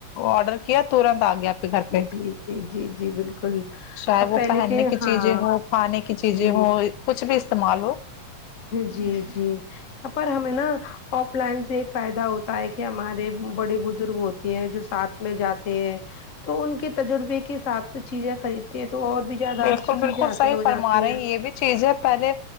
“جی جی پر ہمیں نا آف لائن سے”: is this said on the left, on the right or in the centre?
Left